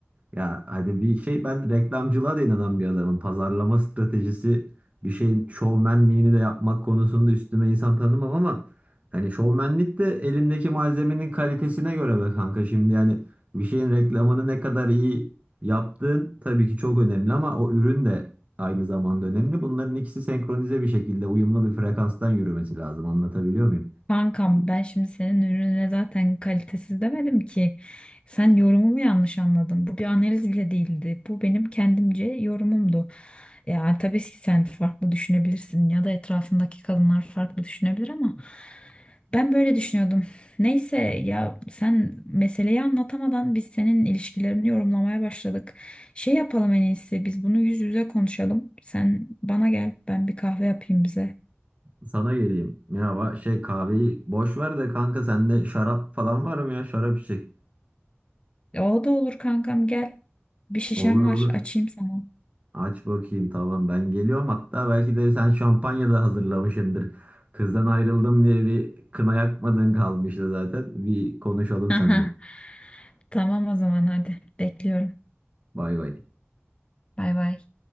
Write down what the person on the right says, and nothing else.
ya hani bir şey ben reklamcılığa da inanan bir adamım. Pazarlama stratejisi bir şeyin şovmenliğini de yapmak konusunda üstüme insan tanımam ama hani şovmenlik de elindeki malzemenin kalitesine göre be kanka. Şimdi yani bir şeyin reklamını ne kadar iyi yaptığın tabii ki çok önemli ama o ürün de aynı zamanda önemli. Bunların ikisi senkronize bir şekilde uyumlu bir frekanstan yürümesi lazım. Anlatabiliyor muyum?
Sana geleyim. Ya va- şey kahveyi boş ver de kanka sende şarap falan var mı ya? Şarap içecek.
Olur olur.
Aç bakayım tamam ben geliyorum. Hatta belki de sen şampanya da hazırlamışsındır. Kızdan ayrıldım diye bir kına yakmadığın kalmıştı zaten. Bir konuşalım
seninle.
Bay bay.